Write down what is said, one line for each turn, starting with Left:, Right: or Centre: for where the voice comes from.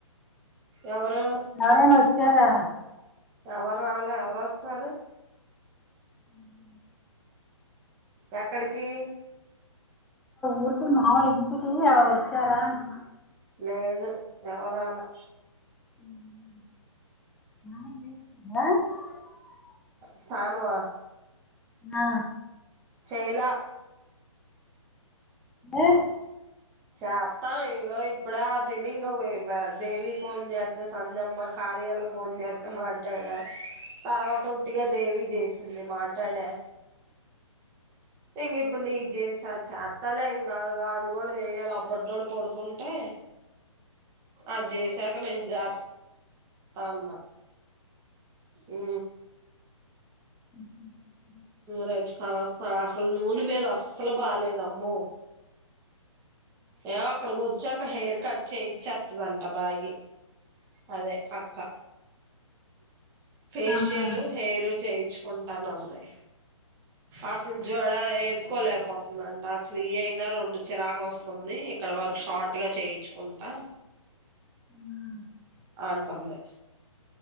Right: ఎవరు
Centre: ఎవరైనా వచ్చారా
Right: ఎవరు రాలా ఎవరు వస్తారు
Centre: ఉ <inaudible>
Right: ఎక్కడికి
Centre: ఊరికి మాముూలు ఇంటికి ఎవరు వచ్చారా అంటున్నా
Right: లేదు ఎవరు రాలా
Centre: అ అ <inaudible> ఆ
Right: స్నానమ
Centre: ఆ
Right: చేయాల
Centre: అ
Right: చేస్తా ఇగో ఇప్పుడ తిని ఇంక దేవి ఫోన్ చేస్తే సంధమ్మ కార్యలు ఫోన్ చేస్తే, మాట్లాడా తర్వాత ఒట్టిగా దేవి చేసింది. మాట్లాడా ఇంక ఇప్పుడు నీ చేసా చేస్తలే ఇంకా అది కూడా చెయ్యాలి. అబుడ్డోడు పడుకుంటే అజేసక నజత తమ ఊ
Centre: అ <inaudible>
Right: రెంస్తారుస్త అసలు నూనె మీద అస్సలు బాలేదమ్మ. ఏమొ అక్కడికి వచ్చి ఒక హెయిర్ కట్ చేయిచ్చత్తదంట. అబాగి అదే అక్క ఫేషియల్,
Centre: ఆహా
Right: హెయిరు చేయి చ్చుకుంటానమ్మే అసలు జడా ఎసుకోలే పోతుందంట అసలు ఈ అయినా రెండు చిరాకు వస్తుంది. ఇక్కడ వరకు షార్ట్ గా చేయించుకుంటా.
Centre: ఉ
Right: ఆంటంది.